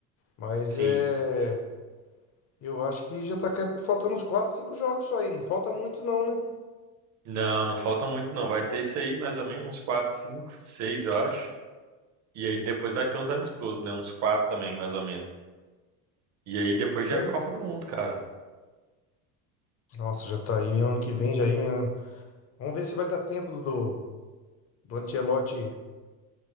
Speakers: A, on the left; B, on the right.
A: Mas
B: Sim.
A: é, eu acho que já tá ca- faltando uns 4, 5 jogos só aí. Não falta muito, não, né?
B: Não, não falta muito, não. Vai ter isso aí, mais ou menos, uns 4, 5, 6, eu acho. E aí depois vai ter uns amistosos, né? Uns 4 também, mais ou menos. E aí depois já
A: É,
B: é a
A: então.
B: Copa do Mundo, cara.
A: Nossa, já tá aí mesmo ano que vem, já aí mesmo. Vamos ver se vai dar tempo do, do do Ancelotti